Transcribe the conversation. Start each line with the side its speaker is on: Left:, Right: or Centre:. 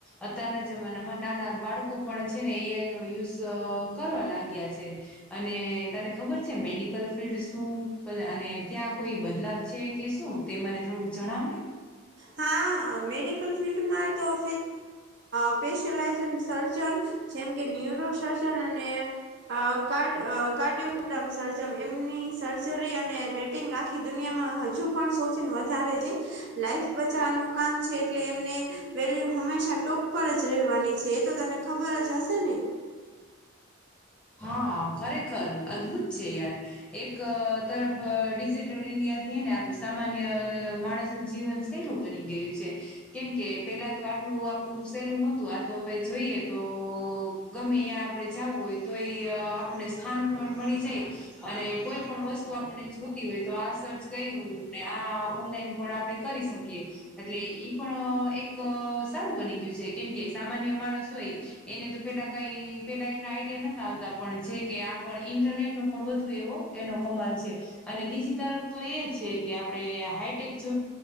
Centre: અતારના જમાનામાં નાના બાળકો પણ છે ને એઆઈ નો યુઝ કરવા લાગ્યા છે. અને તને ખબર છે મેડિકલ ફિલ્ડ શું અને ત્યાં કોઈ બદલાવ છે કે શું? તે મને થોડુંક જણાવને.
Right: હા મેડિકલ ફિલ્ડમાં તો <inaudible> અ સ્પેશિયલાઇજન સર્જન જેમ કે ન્યુરો સર્જન અને uh card uh cardiogram surgeon એમની સર્જરી અને રેટિંગ આખી દુનિયામાં હજુ પણ સૌથીન વધારે છે. લાઈફ બચાવાનું કામ છે એટલે એમને વેલ્યુ હંમેશા ટોક પર જ રહેવાની છે એ તો તને ખબર જ હશે ને?
Centre: હહ ખરેખર અદ્ભુત છે યાર. એક તરફ ડિજિટલ ઇન્ડિયાથી હેને આપણે સામાન્ય માણસ નું જીવન સહેલું બની ગયું છે. કેમ કે પેલા તો આટલું આપણું સહેલું નોતું આ તો હવે જોઈએ તો ગમે અયા આપડે જાવું હોય તો એ આપણને સ્થાન પણ મળી જાય અને કોઈ પણ વસ્તુ આપણને જોતી હોય તો આ સર્ચ કરી લવ આ ઓનલાઈન પણ આપણેે કરી શકીએ એટલે ઈ પણ એક સારું બની ગયું છે, કેમ કે સામાન્ય માણસ હોય એને તો પેલા કાઈ પેલા એટલા આઈડિયા નત આવતા પણ છે. કે આ પણ ઇન્ટરનેટનો પણ વધુ એવો એનો કમાલ છે. અને બીજી તરફ તો એ છે કે આપડે હાઈટેક જોબ